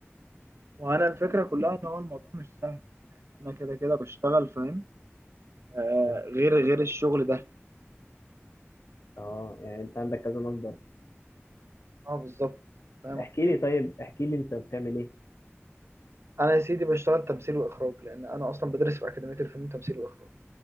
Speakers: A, on the right; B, on the left.
A: وانا الفكره كلها ان هو الموضوع مش سهل يعني انا كده كده بشتغل فاهم آه
B: فاهم؟
A: غير غير الشغل ده
B: اه يعني انت عندك كذا مصدر
A: اه بالظبط فاهم
B: احكي
A: قصدي
B: لي طيب احكي لي انت بتعمل ايه
A: انا يا سيدي بشتغل تمثيل واخراج لان انا اصلا بدرس في اكاديميه الفيلم تمثيل واخراج